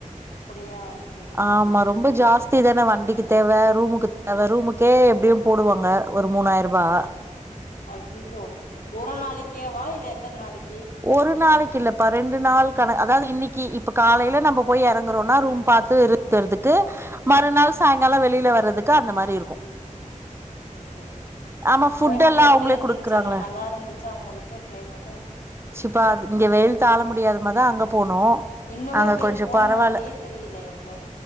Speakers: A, on the left; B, on the right.
A: அப்படியா சரி
B: ஆமா
A: சரி சரி
B: ரொம்ப ஜாஸ்தி தான வண்டிக் க்கு தேவ ரூமுக்கு தேவ ரூமுக்கே எப்பிடியு போடுவாங்க ஒரு மூணாயிரூவா
A: ஐய்ஐயோ ஒரு நாளைக்ககே வா இல் லே ஏத்த நாளைக்
B: ஒரு நாளைக்கு இல்ல பா ரெண்டு நாள் கண அதாவது இன்னிக்கு இப்ப காலையில நம்ம போய் இறங்குறோன்னா ரூம் பாத்து
A: ம்
B: ரெ டெறதுக்கு மறுநாள் சாயங்காலோ வெளியில வர்றதுக்கு அந்த மாரி இருக்கு
A: சேரி சேரி சேரி
B: ஆமா ஃபுட்
A: கிளைமேட்
B: எல்லா
A: எப்பிடியா
B: அவங்களே
A: இருந்துச்ச
B: குடுக்குறாங்களே
A: அங்க நல்லா இருந்துச்சா உங்களுக்கு கிளைமேட்டு
B: ப்பா இங்க வெயில் தாழ முடியாத மாதா அங்க போனோ
A: இன்னுமோ
B: அங்க
A: வெயில்
B: கொஞ்சோ
A: போன
B: பரவால்ல
A: மாதிரியே தெரியல இங்க